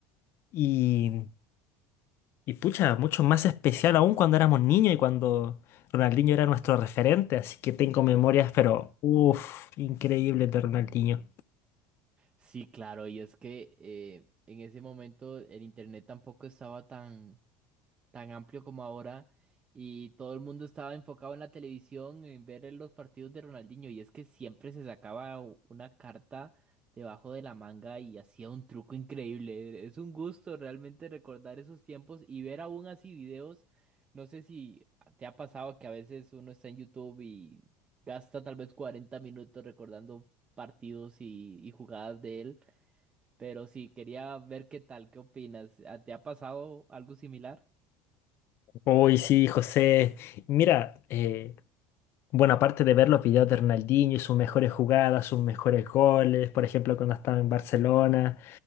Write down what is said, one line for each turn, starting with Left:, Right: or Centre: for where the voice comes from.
Left: Y Y pucha, mucho más especial aún cuando éramos niños y cuando Ronaldinho era nuestro referente, así que tengo memorias, pero uff, increíbles de Ronaldinho.
Right: Sí, claro, y es que eh, en ese momento el internet tampoco estaba tan tan amplio como ahora y todo el mundo estaba enfocado en la televisión, en ver el- los partidos de Ronaldinho y es que siempre se sacaba u- una carta debajo de la manga y hacía un truco increíble. Es un gusto realmente recordar esos tiempos y ver aún así videos. No sé si te ha pasado que a veces uno está en YouTube y gasta tal vez 40 minutos recordando partidos y, y jugadas de él, pero sí, quería ver qué tal, qué opinas. ¿A- ¿Te ha pasado algo similar?
Left: Uy, sí, José. Mira, eh, bueno, aparte de ver los videos de Ronaldinho y sus mejores jugadas, sus mejores goles, por ejemplo, cuando estaba en Barcelona,